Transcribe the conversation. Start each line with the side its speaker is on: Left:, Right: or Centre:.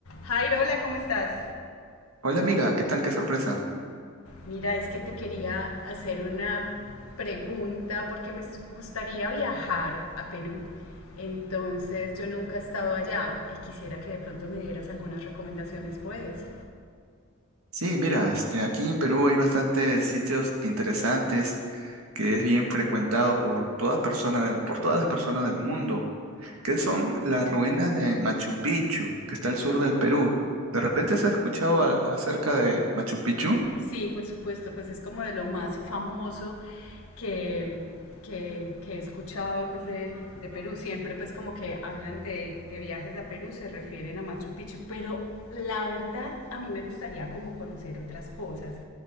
Left: Jairo, hola, ¿cómo estás?
Right: Hola amiga, ¿qué tal? Qué sorpresa.
Left: Mira, es que te quería hacer una pregunta porque me s- gustaría viajar a Perú. Entonces, yo nunca he estado allá y quisiera que de pronto me dieras algunas recomendaciones, ¿puedes?
Right: Sí, mira, este, aquí en Perú hay bastantes sitios interesantes que es bien frecuentado por todas personas del- por todas las personas del mundo, que son las ruinas de Machu Picchu, que está al sur del Perú. ¿De repente has escuchado a- acerca de Machu Picchu?
Left: Sí, por supuesto, Pues es como de lo más famoso que, que- que he escuchado pues de, de Perú. Siempre pues como que hablan de, de viajes a Perú, se refieren a Machu Picchu, pero la verdad a mí me gustaría como conocer otras cosas.